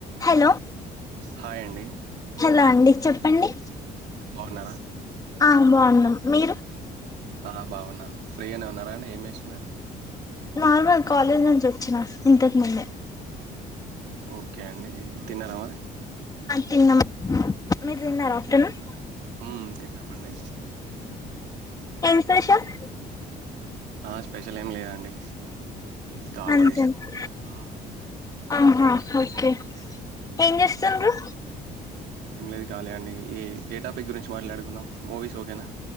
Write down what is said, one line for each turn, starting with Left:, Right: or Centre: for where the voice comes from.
Left: Hello
Right: hi అండి
Left: hello అండి చెప్పండి
Right: బాగున్నారా?
Left: ఆ బాగున్నం మీరు
Right: హ బావున్నా ఫ్రీగానే ఉన్నారండి ఏం చేస్తున్నారు
Left: నార్మల్ కాలేజ్ నుంచి వచ్చినా ఇంతకు ముందే
Right: ఓకే అండి తిన్నారమరి
Left: తిన్నా మీరు తిన్నారా ఆఫ్టర్నూన్
Right: హమ్ తింన్నమండి
Left: ఎం స్పెషల్
Right: ఆ స్పెషల్ ఏం లేదండి దాల్
Left: అంతేనా
Right: రైస్ అంతే. హ్మ్.
Left: ఆహా ఓకే ఏం చేస్తుండ్రు
Right: ఏం లేదు కాలి అండి ఈ ఏ టాపిక్ గురించి మాట్లాడుకుందాం మూవీస్ ఓకేనా